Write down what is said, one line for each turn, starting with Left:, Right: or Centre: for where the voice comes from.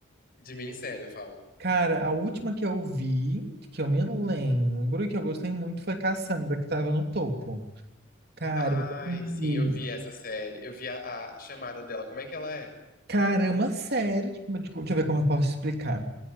Left: De minissérie, eu falo.
Right: Cara, a última que eu vi, que eu me lembro e que eu gostei muito foi Cassandra, que tava no topo. Cara,
Left: Ai,
Right: eu amei.
Left: sim, eu vi essa série. Eu vi a, a chamada dela. Como é que ela é?
Right: cara, é uma série, tipo, tipo, deixa eu ver como eu posso explicar.